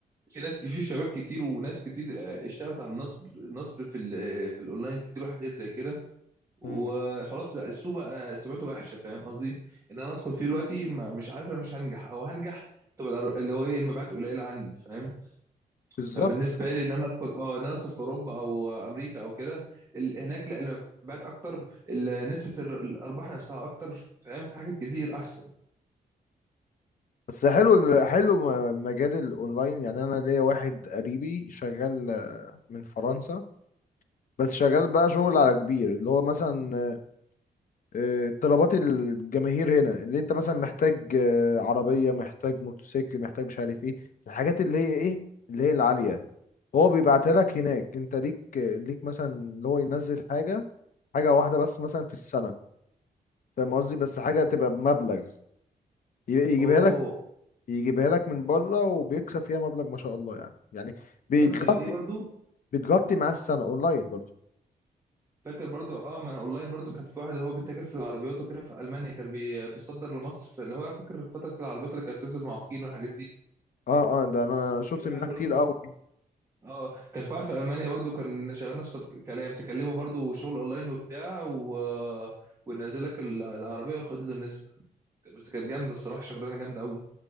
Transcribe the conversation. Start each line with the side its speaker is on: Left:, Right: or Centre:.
Right: في ناس كتير شباب كتير وناس كتير آه، اشتغلت على النصب النصب في ال- آه، في الاونلاين كتير وحاجات زي كده وخلاص
Left: مم.
Right: لا، السوق بقى سمعته وحشه فاهم قصدي ان انا ادخل فيه دلوقتي ما- مش عارف انا مش هنجح او هنجح تبقى الأر- اللي هو ايه المبيعات قليله عندي فاهم
Left: بالظبط
Right: فبالنسبه لي ان انا ادخل اه ان انا ادخل في اوروبا او امريكا او كده ال- هناك لا المبيعات اكتر ال- نسبه الر- الارباح نفسها اكتر فاهم في حاجات كتير احسن
Left: بس حلو حلو م- مجال الاونلاين يعني انا ليا واحد قريبي شغال من فرنسا بس شغال بقى شغل على كبير اللي هو مثلا آه، طلبات الجماهير هنا اللي انت مثلا محتاج آه، عربية محتاج موتوسيكل محتاج مش عارف ايه الحاجات اللي هي ايه اللي هي العالية هو بيبعتها لك هناك انت ليك ليك مثلا اللي هو ينزل حاجة حاجة واحدة بس مثلا في السنة فاهم قصدي بس حاجة تبقى بمبلغ ي- يجيبها
Right: اوه
Left: لك يجيبها لك من بره وبيكسب فيها مبلغ ما شاء الله يعني يعني بتغطي
Right: عارف زي ايه برضو
Left: بتغطي معاه السنه اونلاين برضه
Right: فاكر برضو اه ما انا اونلاين برضو كان في واحد اللي هو بيتاجر في العربيات وكده في المانيا كان بي بيصدر لمصر في اللي هو فاكر فتره العربيات اللي كانت بتنزل معاقين والحاجات دي
Left: اه اه ده انا شفت
Right: كان
Left: منها
Right: واحد برضو
Left: كتير قوي
Right: اه كان في واحد في المانيا برضو كان شغال نفس الكلام تكلمه برضو شغل اونلاين وبتاع و... ونزل لك العربيه وخد له النسبه بس كانت جامده الصراحه شغلانه جامده قوي